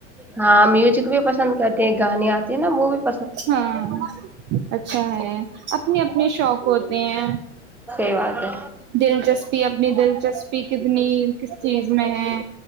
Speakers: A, in the centre; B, on the right.
A: ہاں میوزک بھی پسند کرتے ہیں گان آ ت نا موی <unintelligible>
B: ہاں اچھا ہے اپنے اپنے شوق ہوتے ہیں
A: صحیح بات ہے
B: دلچسپی اپنی دل دلچسپی کتنی کس چیز میں ہے